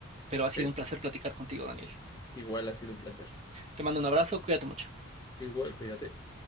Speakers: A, on the right; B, on the left.
A: pero ha sido
B: Ok,
A: un placer platicar contigo, Daniel.
B: igual ha sido un placer.
A: Te mando un abrazo, cuídate mucho.
B: Igual, cuídate.